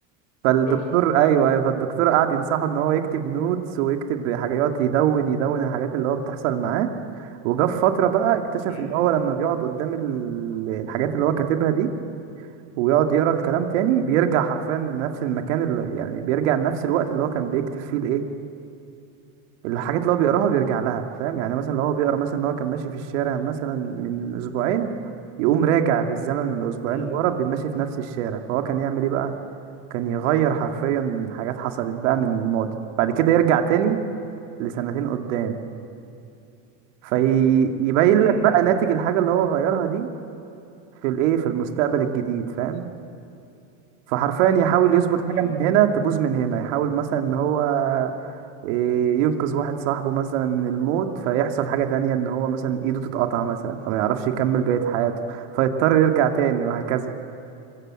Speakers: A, on the right; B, on the left.
A: فالدكتور
B: شفته
A: ايوه ايوه فالدكتور قعد ينصحه ان هو يكتب نوتس ويكتب حاجه يقعد يدون يدون الحاجات اللي هو بتحصل معاه وجا في فتره بقى اكتشف
B: مم.
A: ان هو لما بيقعد قدام ال- الحاجات اللي هو كاتبها دي ويقعد يقرا الكلام تاني بيرجع حرفيا لنفس المكان اللي يعني بيرجع لنفس الوقت اللي هو كان بيكتب فيه الايه الحاجات اللي هو بيقراها بيرجع لها فاهم يعني مثلا لو هو بيقرا مثلا ان هو كان ماشي في الشارع مثلا من اسبوعين يقوم راجع في الزمن الاسبوعين
B: مم.
A: اللي ورا بيمشي في نفس الشارع فهو كان يعمل ايه بقى كان يغير حرفيا حاجات حصلت بقى من الماضي بعد كده يرجع تاني لسنتين قدام فيبين
B: مم.
A: لك بقى ناتج الحاجة اللي هو غيرها دي في الايه في المستقبل الجديد فاهم فحرفيا يحاول يظبط
B: فهمت
A: حاجة من هنا تبوظ من هنا يحاول مثلا ان هو إيه، ينقذ واحد صاحبه مثلا من الموت فيحصل حاجة تانية ان هو مثلا ايده تتقطع مثلا فما يعرفش يكمل بقية حياته فيضطر يرجع تاني وهكذا